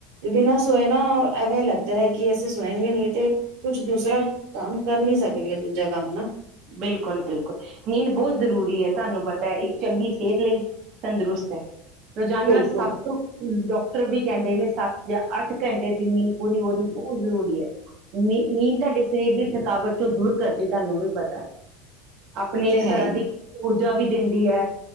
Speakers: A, on the right (about 85°); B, on the right (about 45°).
A: ਬਿਨਾਂ ਸੋਏ ਨਾ ਐਵੇਂ ਲੱਗਦਾ ਹੈ ਕਿ ਅਸੀਂ ਸੋਏ ਜੇ ਨੀ। ਤੇ ਕੁਛ ਦੂਸਰਾ ਕੰਮ ਕਰ ਨੀ ਸਕਣੀ ਆ ਦੂਜਾ ਕੰਮ ਨਾ।
B: ਬਿਲਕੁਲ ਬਿਲਕੁਲ ਨੀਂਦ ਬਹੁਤ ਜ਼ਰੂਰੀ ਹੈ ਤੁਹਾਨੂੰ ਪਤਾ ਇੱਕ ਚੰਗੀ ਸਿਹਤ ਲਈ ਤੰਦਰੁਸਤ ਐ। ਰੋਜ਼ਾਨਾ
A: ਬਿਲਕੁਲ
B: ਸੱਤ ਡਾ ਟਰ ਵੀ ਕਹਿੰਦੇ ਨੇ ਸੱਤ ਜਾਂ ਅੱਠ ਘੰਟੇ ਦੀ ਨੀਂਦ ਪੂਰੀ ਹੋਣੀ ਬਹੁਤ ਜ਼ਰੂਰੀ ਹੈ। ਨੀਂਦ ਤੁਹਾਡੇ ਸਰੀਰ ਦੀ ਥਕਾਵਟ ਚ ਦੂਰ ਕਰਦੀ ਤੁਹਾਨੂੰ ਵੀ ਪਤਾ। <unintelligible> ਆਪਣੇ
A: ਉਹ ਤੇ
B: ਇੱਕ
A: ਹੈ
B: ਤਰ੍ਹਾਂ
A: ਹੀ
B: ਦੀ <unintelligible> ਜਾ ਵੀ ਦਿੰਦੀ ਹੈ